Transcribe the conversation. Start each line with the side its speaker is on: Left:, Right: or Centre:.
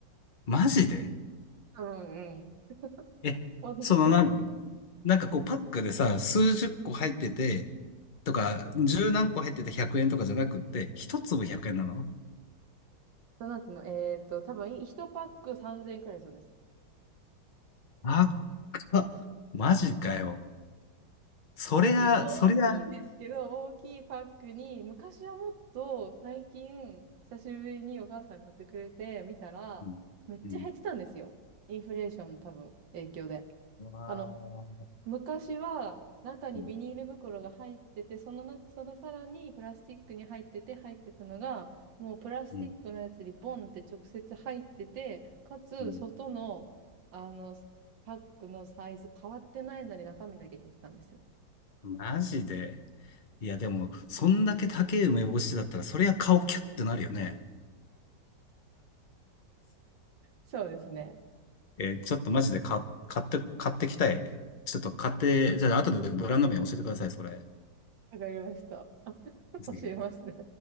Left: マジで
Right: 多分、うん。<laughs>
Left: え、
Right: 私とか。
Left: そのなんか、なんかこうパックでさ、数十個入ってて、とか、十何個入ってて100円とかじゃなくって、一粒100円なの
Right: その後の、えっと、多分、1パック3000円くらいするんですよ。
Left: あっか、マジかよ。そりゃ、
Right: 結構大きいんですけど、
Left: そりゃ、
Right: 大きいパックに、昔はもっと最近、久しぶりにお母さん買ってくれて見たら、
Left: うん、
Right: めっちゃ減ってたんですよ。
Left: うん。
Right: インフレーションの多分影響で。
Left: わー
Right: あの、昔は中にビニール袋が入ってて、
Left: うん、
Right: その中、それさらにプラスチックに入ってて入ってたのが、もうプラスチックのやつにボンって直接入ってて、
Left: うん、
Right: かつ外の、
Left: うん
Right: あの、パックのサイズ変わってないのに中身だけ減ってたんですよ。
Left: マジで。いや、でも、そんだけ高い梅干しだったら、そりゃ顔キュッてなるよね。
Right: そうですね。
Left: えーちょっとマジで買、買って、買ってきたい。ちょっと買って、じゃあ後でブランド名教えてください、それ。
Right: わかりました。<laughs>
Left: ぜひ。
Right: 教えますね。